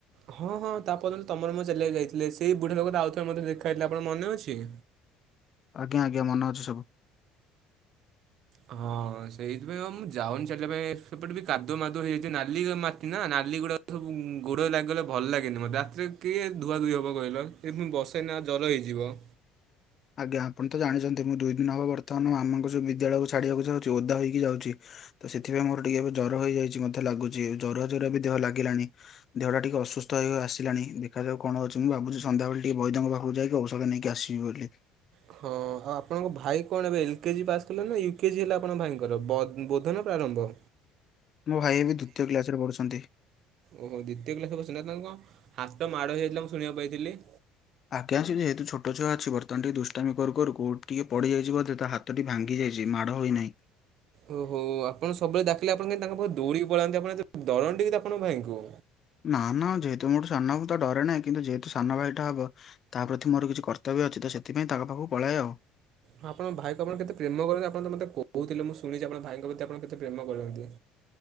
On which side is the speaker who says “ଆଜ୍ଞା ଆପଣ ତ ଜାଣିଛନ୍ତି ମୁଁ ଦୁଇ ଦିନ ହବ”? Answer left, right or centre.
Left